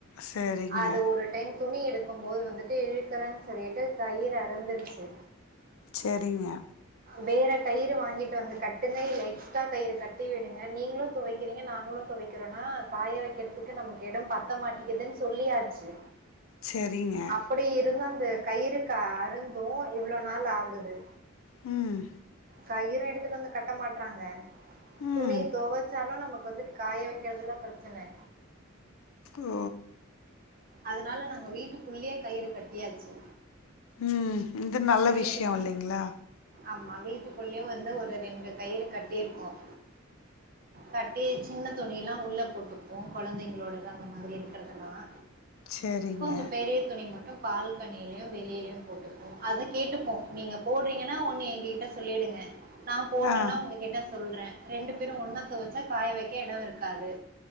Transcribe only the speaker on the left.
சரிங்க
சரிங்க
சரிங்க
ம்
ம்
ஓ
ம் இது நல்ல
விஷயம் இல்லைங்களா
சரிங்க
ஆ